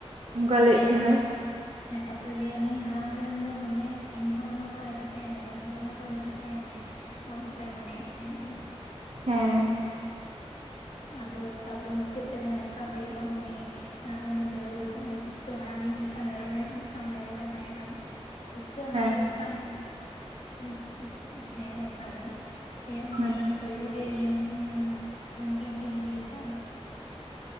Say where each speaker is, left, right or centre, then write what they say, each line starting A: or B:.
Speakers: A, on the right; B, on the left.
A: ᱚᱱᱠᱟ ᱞᱟᱹᱭᱮᱫ
B: ᱦᱮᱸ
A: ᱛᱟᱦᱮᱱᱟᱭ
B: ᱛᱟᱨᱯᱚᱨᱮ ᱦᱮᱸ ᱛᱟᱨᱯᱚᱨᱮ ᱞᱟᱹᱭᱟ ᱱᱩᱭ ᱦᱟᱲᱟᱢ ᱨᱮᱱ ᱫᱚᱢᱮ ᱥᱤᱢ ᱦᱚᱸ ᱫᱚᱢᱮ ᱠᱚ ᱨᱟᱹᱜᱤ ᱛᱟᱭᱟ ᱢᱮᱨᱚᱢ ᱦᱚᱸ ᱫᱚᱢᱮ ᱠᱚ ᱨᱟᱹᱜᱤ ᱛᱟᱭᱟ ᱢᱟᱱᱮ ᱚᱱ ᱱᱚᱝᱠᱟᱭ ᱢᱚᱱᱮᱭᱮᱫ ᱛᱟᱦᱮᱸᱱᱟ
A: ᱦᱮᱸ
B: ᱟᱫᱚ ᱛᱟᱨᱯᱚᱨᱮ ᱢᱩᱪᱟᱹᱫ ᱨᱮᱫᱚ ᱱᱚᱝᱠᱟ ᱦᱩᱭᱩᱜᱼᱟ ᱩᱱᱤ ᱦᱮᱸ ᱩᱱᱤ ᱛᱩᱭᱩ ᱫᱚ ᱩᱱᱤ ᱛᱩᱠᱛᱮ ᱦᱟᱲᱟᱢᱤᱡ ᱢᱤᱫᱴᱟᱹᱝ ᱢᱮᱨᱚᱢᱮ ᱢᱤᱫᱴᱟᱝ ᱢᱮᱨᱚᱢᱮ ᱛᱟᱦᱮᱸ ᱠᱟᱱᱼᱼ ᱛᱩᱯᱛᱟᱹ ᱚᱱᱟᱜᱮ
A: ᱦᱮᱸ
B: ᱢᱤᱜᱴᱟᱝ ᱩᱸ ᱩᱸ ᱦᱮᱸ ᱚᱝᱠᱟ ᱜᱮ᱾ ᱥᱮ ᱩᱱᱤ
A: ᱦᱮᱸ
B: ᱛᱩᱭᱩ ᱜᱮ <unintelligible> ᱤᱭᱟᱹ ᱩᱱᱠᱤᱱ ᱠᱤᱱ ᱤᱭᱟᱹ ᱫᱟᱞ <unintelligible>